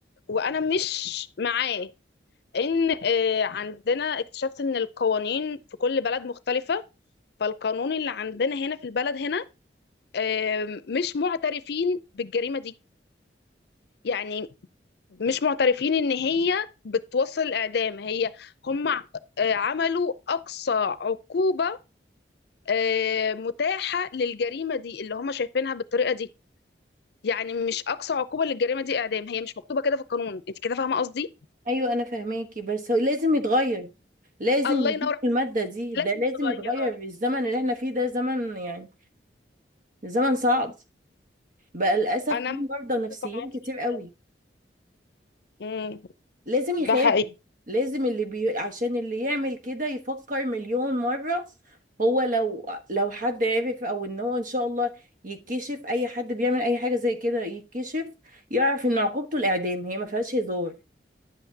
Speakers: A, on the left; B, on the right.
A: وانا مش معاه ان آه، عندنا اكتشفت ان القوانين في كل بلد مختلفه فالقانون اللي عندنا هنا في البلد هنا آه، مش معترفين بالجريمه دي يعني مش معترفين ان هي بتوصل الاعدام هي هم آه، عملوا اقصى عقوبه آه، متاحه للجريمه دي اللي هم شايفينها بالطريقه دي يعني مش اقصى عقوبه للجريمه دي اعدام هي مش مكتوبه كده في القانون انت كده فاهمه قصدي
B: ايوه انا فاهماكي بس هو لازم يتغير لازم
A: الله
B: يزيد
A: ينور عليك.
B: في المادة دي ده
A: لازم
B: لازم
A: يتغير
B: يتغير الزمن اللي احنا فيه ده زمن يعني زمن صعب بقى للاسف
A: انا
B: في
A: متفقه
B: مرضى نفسيين
A: معاكي
B: كتير
A: جدا
B: قوي
A: امم
B: لازم يخافوا
A: ده حقيقي
B: لازم اللي بي... عشان اللي يعمل كده يفكر مليون مرة هو لو لو حد عرف او ان هو ان شاء الله يتكشف اي حد بيعمل اي حاجة زي كده يتكشف يعرف ان عقوبته الاعدام هي ما فيهاش هزار